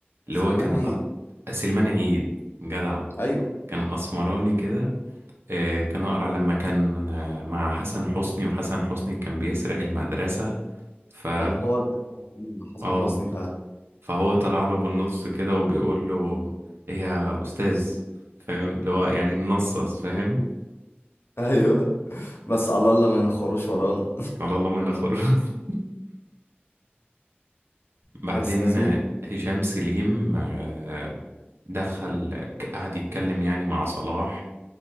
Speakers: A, on the right; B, on the left.
A: اللي
B: سليمان
A: هو كان
B: عيد
A: أ- سليمان عيد جدع
B: ايوه
A: كان اسمراني كده آه، كان اقرع لما كان آه، مع حسن حسني وحسن حسني كان بيسرق المدرسة ف
B: كان هو ده مع حسن
A: اه
B: حسني فعلا
A: فهو طلع له في النص كده وبيقول له ايه يا استاذ فاهم اللي هو يعني ننصص فاهم
B: <laughs> ايوه بس على الله ما ينخروش ورانا
A: على الله ما نخر <laughs>
B: <laughs>
A: بعدين
B: بس يا زميلي
A: هشام سليم آه، دخل قعد يتكلم يعني مع صلاح